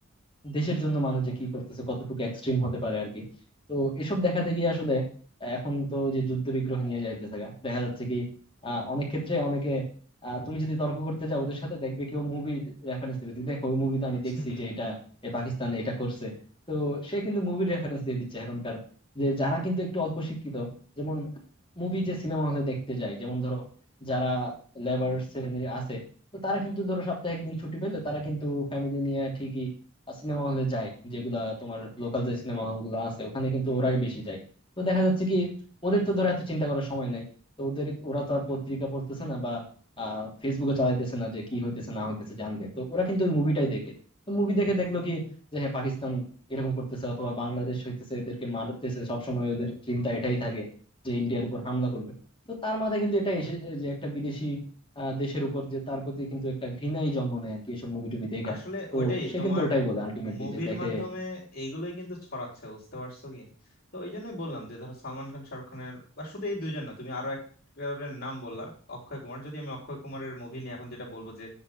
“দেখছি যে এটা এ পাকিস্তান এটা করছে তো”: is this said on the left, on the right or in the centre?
Left